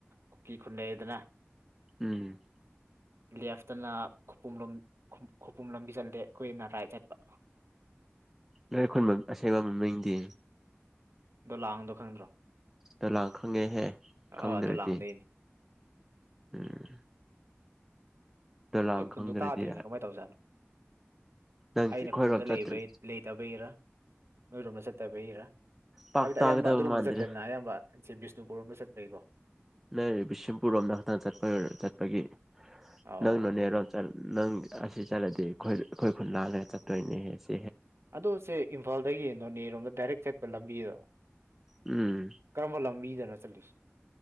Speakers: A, on the right; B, in the centre.
A: ꯀꯨꯀꯤ ꯈꯨꯟ ꯂꯩꯩꯗꯅ
B: ꯎꯝ
A: ꯂꯦꯐꯇꯅ ꯈꯨꯄ ꯂꯣꯝ ꯈꯨꯄꯨꯝ ꯂꯝꯕꯤ ꯆꯠꯂꯦ ꯑꯩꯈꯣꯏꯅ ꯔꯥꯏꯠ ꯆꯠꯄ
B: ꯅꯣꯏꯈꯟ ꯑꯁꯦꯡꯕ ꯃꯃꯤꯡꯗꯤ
A: ꯗꯣ ꯂꯥꯡꯗ ꯈꯪꯗ꯭ꯔꯣ
B: ꯗꯣ ꯂꯥꯡ ꯈꯪꯉꯦꯍꯦ ꯈꯪꯗ꯭ꯔꯗꯤ
A: ꯑꯥ ꯗꯣꯂꯥꯡꯗꯩꯅꯤ
B: ꯎꯝ ꯗꯣꯂꯥꯡ
A: ꯅꯣꯏ
B: ꯈꯪꯗ꯭ꯔꯗꯤ
A: ꯈꯨꯟꯗꯣ ꯇꯥꯗ꯭ꯔꯤꯅꯦ ꯀꯃꯥꯏ ꯇꯧꯖꯥꯠꯅꯣ
B: ꯅꯪ
A: ꯑꯩꯅ
B: ꯑꯩꯈꯣꯏꯔꯣꯝ
A: ꯈꯨꯟꯗ
B: ꯆꯠꯇ꯭ꯔ
A: ꯂꯩꯕ ꯂꯩꯇꯕꯩꯔꯥ ꯅꯣꯏꯔꯣꯝꯗ ꯆꯠ ꯇꯕꯩꯔꯥ
B: ꯄꯥꯛ
A: ꯍꯥꯏꯕꯗꯤ ꯑꯌꯥꯝꯕ
B: ꯇꯥꯒꯗꯕ
A: ꯑꯗꯨꯔꯣꯝꯗ
B: ꯃꯥꯟꯗ꯭ꯔꯦ
A: ꯆꯠꯇꯦꯗꯅ ꯑꯌꯥꯝꯕꯕꯤꯁ ꯕꯤꯁꯅꯨꯨꯔꯣꯝꯗ ꯆꯠꯄꯩꯀꯣ
B: ꯅ ꯕꯤꯁꯦꯝꯄꯨꯔꯔꯣꯝꯗ ꯈꯛꯇꯪ ꯆꯠꯄ ꯆꯠꯄꯒꯤ
A: ꯑꯣ
B: ꯅꯪ ꯅꯣꯏꯔꯣꯝ ꯆꯠ ꯑꯁꯤ ꯆꯠꯂꯗꯤ ꯑꯩꯈꯣꯏ ꯑꯩꯈꯣꯏ ꯈꯨꯟ ꯂꯥꯜꯂꯒ ꯆꯠꯇꯣꯏꯅꯦ ꯍꯦ
A: ꯑꯗꯣ ꯁꯦ ꯏꯝꯐꯥꯜꯗꯒꯤ ꯅꯣꯅꯦꯔꯣꯝꯗ ꯗꯥꯏꯔꯦꯛ ꯆꯠ ꯂꯝꯕꯤꯘꯣ
B: ꯎꯝ
A: ꯀꯔꯝꯕ ꯂꯝꯕꯤꯗꯅꯣ ꯆꯠꯂꯦ